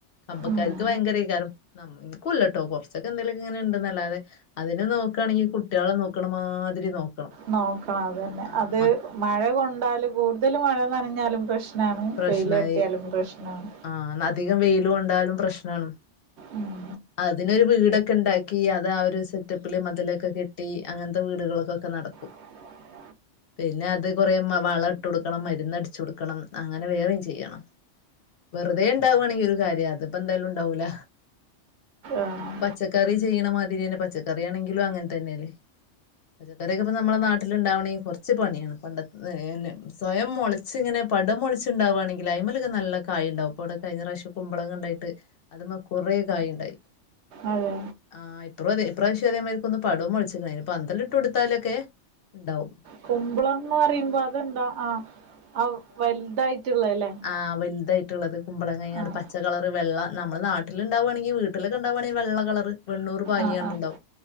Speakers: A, on the left; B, on the right.
A: കമ്പക്കാർക്ക്
B: ഉം
A: ഭയങ്കരയ്ക്കാരം <unintelligible> ഉം ഇൻക്കൂല്ലട്ടോ കൊറച്ചൊക്കെ എന്തെലൊക്കെ ഇങ്ങനെണ്ട്‌ന്നല്ലാതെ അതിനെ നോക്കാണെങ്കി കുട്ട്യാളെ നോ ക്ക്ണ മാതിരി നോക്കണം
B: നോക്കണം അതന്നെ
A: ആഹ്
B: അത്
A: മ
B: മഴ കൊണ്ടാല് കൂടുതൽ മഴ നനഞ്ഞാലും പ്രശ് നാണ്
A: പ്രശ്നായി
B: വെയിലട്ടിയാലും പ്രശ്‌നാണ്
A: ആഹ് ന്ന അധികം വെയില് കൊണ്ടാലും പ്രശ്നാണ്
B: ഉം
A: അതിനൊരു വീടൊക്കെ ഇണ്ടാക്കി അത് ആ ഒരു സെറ്റപ്പില് മതിലൊക്കെ കെട്ടി അങ്ങനത്തെ വീടുകള്ക്കൊക്കെ നടക്കും
B: <inaudible>
A: പിന്നത് കൊറേ വളം ഇട്ട് കൊടുക്കണം മരുന്നടിച്ചു കൊടുക്കണം അങ്ങനെ വേറെയും ചെയ്യണം വെറുതെ ഇണ്ടാവാണെങ്കി ഒരു കാര്യ അതിപ്പോ എന്തായാലും ഉണ്ടാവൂല്ല
B: ആഹ്
A: അത് പച്ചക്കറി ചെയ്യണ മാതിരെന്നെ പച്ചക്കറി ആണെങ്കിലും അങ്ങനെ തന്നല്ലേ പച്ചക്കറിക്കെ ഇപ്പ നമ്മളെ നാട്ടിലുണ്ടാവണെ കൊറച്ച് പണിയാണ് പണ്ടത്തെ ഏനെ സ്വയം മൊളച്ചിങ്ങനെ പടോം മൊളച്ചുണ്ടാവാണെങ്കില് അയിമ്മലൊക്കെ നല്ല കായിണ്ടാവും പ്പോ വ്ടെ കഴിഞ്ഞ പ്രാവ്യശം കുമ്പളങ്ങ ഉണ്ടായിട്ട് അതുമ്മെ കുറെ കായിണ്ടായി
B: അതെ
A: ആഹ് ഇപ്പറുതെ ഇപ്രാവശ്യം അതേമാതിരിക്ക്‌ ഒന്ന് പടോം മൊളച്ചിക്ക്‌ണ് അയിന് പന്തല് ഇട്ട് കൊടുത്താലൊക്കെ ഇണ്ടാവും
B: കുമ്പളംന്ന് പറയുമ്പോ അതെന്താ ആ അ വലുതായിട്ടുള്ളല്ലേ
A: ആ വലുതായിട്ടുള്ളത് കുമ്പളങ്ങ ങ്ങനാണ്
B: ആഹ്
A: പച്ച കളറ് വെള്ള നമ്മള് നാട്ടിലുണ്ടാവാണെങ്കി വീട്ടിലൊക്കെ ഉണ്ടാവുവാണെ വെള്ളക്കളറ് വെണ്ണൂറ് ഭാഗ്യാണ്ടിണ്ടാവും
B: ആഹ് ആഹ്